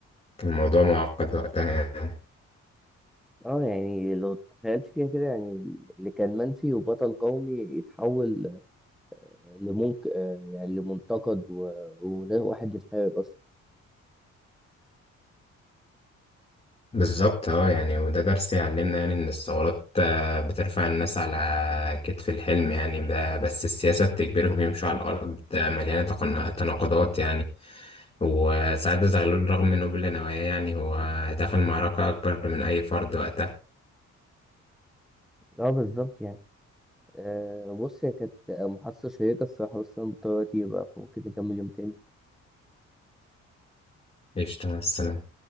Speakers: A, on the left; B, in the centre.
A: الموضوع معقد وقتها يعني
B: اه يعني لو تخيلت فيها كده يعني اللي كان منفي وبطل قومي يتحول لمنك آه يعني لمنتقد و... وواحد متحارب اصلا
A: بالظبط اه يعني وده درس يعلمنا يعني إن الثورات آه، بترفع الناس على كتف الحلم يعني ب- بس السياسة بتجبرهم يمشوا على الأرض آه، مليانة تقن- تناقضات يعني وساعات زغلول رغم إنه بلا نوايا يعني هو دخل معركة أكبر من أي فرد وقتها
B: اه بالظبط يعني آه بص هي كانت محادثه شيقه الصراحه بس انا مضطر دلوقتي بقى فممكن نكمل يوم تاني
A: قشطة مع السلامة